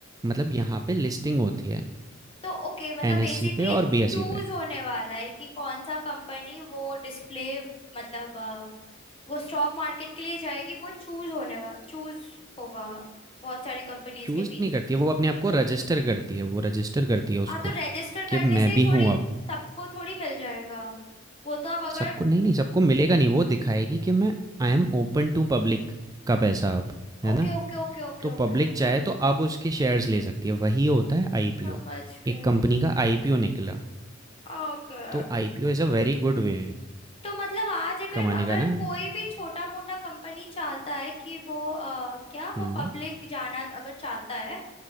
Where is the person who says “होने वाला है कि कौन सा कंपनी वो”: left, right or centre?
Left